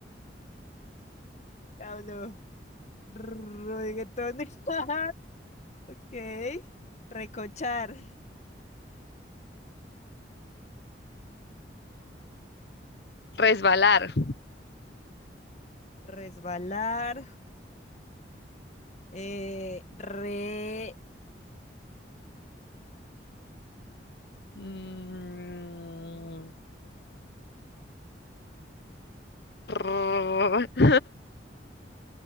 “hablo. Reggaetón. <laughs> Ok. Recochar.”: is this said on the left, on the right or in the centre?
Left